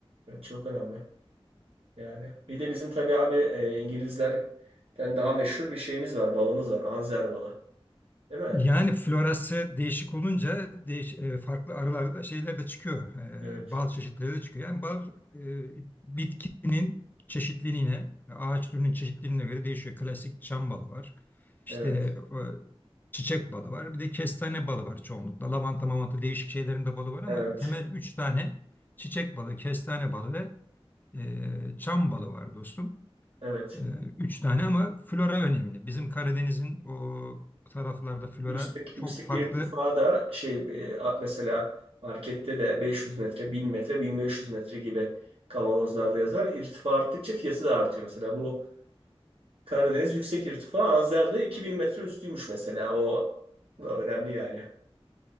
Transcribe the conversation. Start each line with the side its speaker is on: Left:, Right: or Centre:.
Right: evet. Çok önemli. Yani bir de bizim tabii abi e, İngilizlerden daha meşhur bir şeyimiz var. Balımız var. Anzer balı. Değil mi?
Left: Yani florası değişik olunca değiş, e, farklı arılarda şeyler de çıkıyor.
Right: Evet,
Left: E, bal çeşitleri de çıkıyor. Yani bal e, bitkinin çeşitliliğine, ağaç türünün çeşitliliğine göre değişiyor. Klasik çam balı var. İşte
Right: evet,
Left: e, çiçek balı var. Bir de kestane balı var çoğunlukla. Lavanta, mamanta değişik şeylerin de balı var ama
Right: evet,
Left: temel üç tane çiçek balı, kestane balı ve e, çam balı var dostum.
Right: evet.
Left: Ee, Üç tane ama flora önemli. Bizim Karadeniz'in o taraflarda flora
Right: Yüksek
Left: çok
Right: yüksek
Left: farklı.
Right: irtifada şey e, a- mesela markette de 500 metre, 1000 metre, 1500 metre gibi kavanozlarda yazar. İrtifa arttıkça fiyatı da artıyor. Mesela bu Karadeniz yüksek irtifa. Azer'de 2000 metre üstüymüş mesela. O da önemli yani.